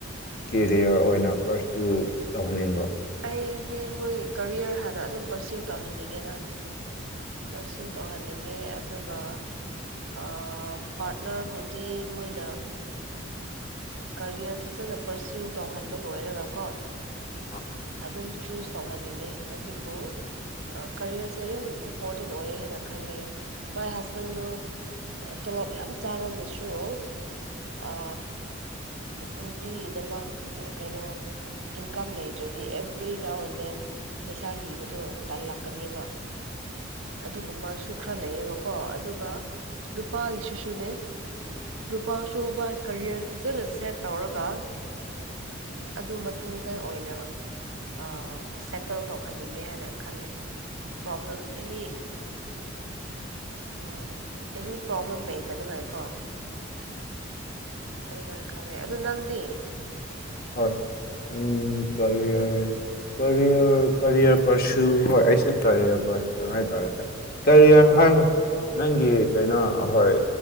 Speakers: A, on the left; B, on the right.
A: ꯀꯦꯔꯤꯌꯔ ꯑꯣꯏꯅ ꯄꯔꯁꯨ ꯇꯧꯍꯟꯅꯤꯡꯕ꯭ꯔꯣ
B: ꯑꯩꯗꯤ ꯃꯣꯏꯒꯤ ꯀꯦꯔꯤꯌꯔ ꯍꯥꯟꯅ ꯑꯗꯨꯝ ꯄꯔꯁꯤꯌꯨ ꯇꯧꯍꯟꯅꯤꯡꯉꯦꯗ ꯄꯔꯁꯤꯎ ꯇꯧꯍꯟꯅꯤꯡꯉꯦ ꯑꯗꯨꯒ ꯑꯥ ꯄꯥꯔꯠꯅꯔꯕꯨꯗꯤ ꯃꯣꯏꯅ ꯀꯔꯤꯌꯔ ꯐꯖꯅ ꯄꯔꯁꯤꯌꯨ ꯇꯧꯍꯟꯕ ꯂꯣꯏꯔꯒꯀꯣ
A: <unintelligible>
B: ꯑꯗꯨꯝ ꯆꯨꯁ ꯇꯧꯍꯟꯅꯤꯡꯉꯦ ꯑꯗꯨꯕꯨ ꯀ꯭ꯔꯤꯌꯔꯁꯦ ꯏꯝꯄꯣꯔꯇꯦꯟ ꯑꯣꯏꯌꯦꯅ ꯈꯜꯂꯦ ꯃꯥꯏ ꯍꯁꯕꯦꯟꯗꯨ ꯇꯣꯂꯣꯞ ꯌꯥꯝ ꯆꯥꯔꯝꯃꯁꯨ ꯑ ꯅꯨꯄꯤꯒꯤꯗꯃꯛ ꯀꯩꯅꯣ ꯏꯟꯀꯝ ꯂꯩꯇ꯭ꯔꯗꯤ ꯑꯦꯕ꯭ꯔꯤ ꯅꯥꯎ ꯑꯦꯟ ꯗꯦꯟ ꯄꯩꯁꯥ ꯅꯤꯕꯗꯣ ꯇꯜꯂꯛꯀꯅꯤꯕ ꯑꯗꯨꯒꯨꯝꯕꯁꯨ ꯈꯔ ꯂꯩꯌꯦꯕꯀꯣ ꯑꯗꯨꯒ ꯅꯨꯄꯥꯒꯤꯁꯤꯁꯨꯅꯦ ꯅꯨꯄꯥꯁꯨ ꯃꯥ ꯀꯔꯤꯌꯔ ꯐꯖꯅ ꯁꯦꯠ ꯇꯧꯔꯒ ꯑꯗꯨ ꯃꯇꯨꯡꯗ ꯑꯣꯏꯅ ꯑꯥ ꯁꯦꯇꯜ ꯇꯧꯍꯟꯅꯤꯡꯉꯦ ꯍꯥꯏꯅ ꯈꯜꯂꯦ ꯄ꯭ꯔꯣꯕ꯭ꯂꯦꯝ ꯑꯦꯅꯤ ꯑ ꯑꯦꯅꯤ ꯄ꯭ꯔꯣꯕ꯭ꯂꯦꯝ ꯂꯩꯇꯅꯤꯡꯉꯥꯏ ꯀꯣ ꯑꯗꯨꯃꯥꯏꯅ ꯈꯜꯂꯦ ꯑꯗꯨ ꯅꯪꯗꯤ
A: ꯍꯣꯏ ꯎꯝ ꯀꯦꯔꯤꯌꯔ ꯀꯔꯤꯌꯔ ꯀꯔꯤꯌꯔ ꯄꯔꯁꯨ ꯍꯣꯏ ꯑꯩꯁꯨ ꯀꯔꯤꯌꯔ ꯄꯔꯁꯨ ꯍꯥꯏꯇꯥꯔꯦ ꯀꯔꯤ ꯍꯥꯏꯅꯣ ꯅꯪꯒꯤ ꯀꯩꯅꯣ ꯍꯣꯏ